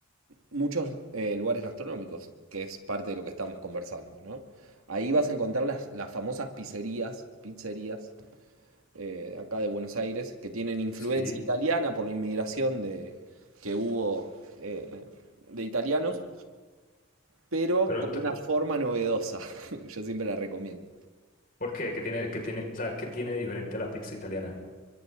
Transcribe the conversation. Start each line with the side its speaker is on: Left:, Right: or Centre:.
Right: muchos eh, lugares gastronómicos, que es parte de lo que estamos conversando, ¿no? Ahí vas a encontrar las, las famosas pizzerías, pizzerías eh, acá de Buenos Aires, que tienen influencia
Left: sí.
Right: italiana por la inmigración de, que hubo eh, de italianos
Left: y-
Right: pero
Left: Pero
Right: con
Left: ento-
Right: una forma novedosa. <laughs> que Yo siempre la recomiendo.
Left: ¿por qué? ¿Qué tiene, qué tiene, o sea, qué tiene de diferente a la pizza italiana?